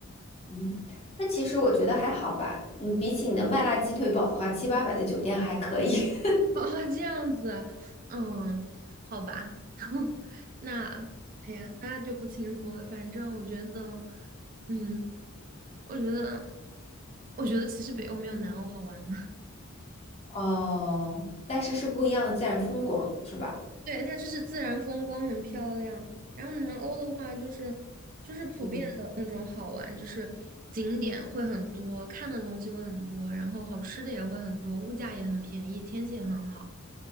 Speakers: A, on the left; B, on the right.
A: 嗯，那其实我觉得还好吧。嗯，比起你的麦辣鸡腿堡的话，七八百的酒店还可以。<laughs>
B: <laughs> 哦，这样子，嗯，好吧，<laughs> 那，哎呀，那就不清楚了。反正我觉得，嗯，我觉得，我觉得其实北欧没有南欧好玩呢。<laughs>
A: 哦，但是是不一样的自然风光，是吧？
B: 对，它就是自然风光很漂亮，然后南欧的话就是就是普遍的那种好玩，
A: 嗯，
B: 就是景点会很多，看的东西会很多，然后好吃的也会很多，物价也很便宜，天气也很好。